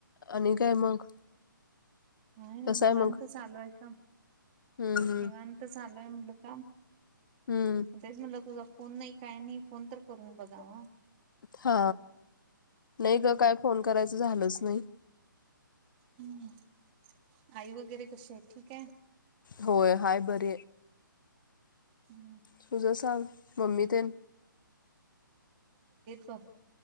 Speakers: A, on the left; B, on the right.
A: आणि काय मग
B: काय नाही
A: कसं
B: नि
A: आहे
B: वानत
A: मग
B: चालू आहे काम
A: हम्म हम्म
B: निवांत चालूय म्हणल काम
A: हम्म
B: तेच म्हटलं तुझा फोन नाही काय नाही फोन तर करून बघावा
A: हा
B: हम्म
A: नाही ग काय फोन करायचं झालंच नाही
B: हम्म आई वगैरे कशी आहे ठीक आहे
A: होय हाय बर
B: हम्म
A: तुझा सांग मम्मी ते
B: ब